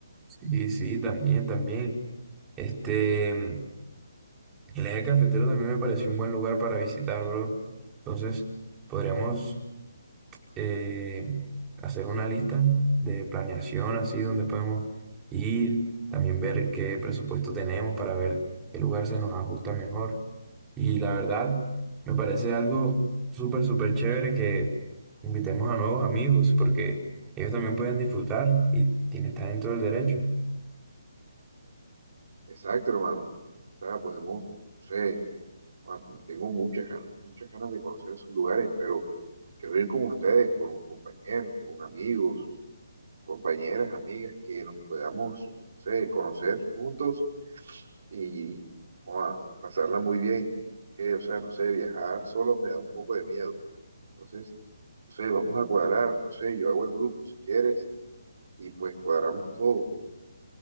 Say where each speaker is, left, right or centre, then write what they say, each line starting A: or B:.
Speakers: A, on the right (about 15°); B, on the right (about 55°).
A: Sí, sí, también, también. Este, el eje cafetero también me pareció un buen lugar para visitar, bro. Entonces, podríamos eh, hacer una lista de planeación así donde podemos ir, también ver qué presupuesto tenemos para ver qué lugar se nos ajusta mejor. Y la verdad, me parece algo súper, súper chévere que invitemos a nuevos amigos porque ellos también pueden disfrutar y tienen, estar en todo el derecho.
B: Exacto, hermano. O sea, podemos, no sé, ah, tengo muchas ganas, muchas ganas de conocer esos lugares, pero quiero ir con ustedes, con compañeros, con amigos, compañeras, amigas, que nos podamos, no sé, conocer juntos y joa, pasarla muy bien. Que, o sea, no sé, viajar solo me da un poco de miedo. Entonces, no sé, vamos a cuadrar, no sé, yo hago el grupo si quieres y pues cuadramos todo.